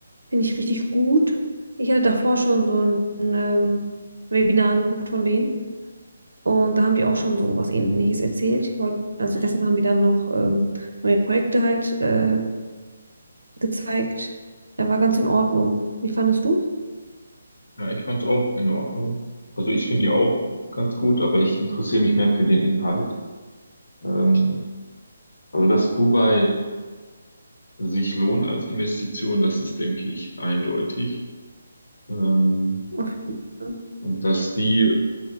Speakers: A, on the right; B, on the left.
A: Finde ich richtig gut. Ich hatte davor schon so ein, ähm, Webinar angeguckt von denen. Und da haben die auch schon so was Ähnliches erzählt. Heut, also gestern haben die dann noch ähm, neue Projekte halt äh, gezeigt. Er war ganz in Ordnung. Wie fandest du?
B: Ja, ich fand es auch in Ordnung. Also ich finde die auch ganz gut, aber ich interessiere mich mehr für den Inhalt. Ähm, also dass Dubai sich lohnt als Investition, das ist, denke ich, eindeutig. Ähm,
A: Auf jeden Fall.
B: und dass die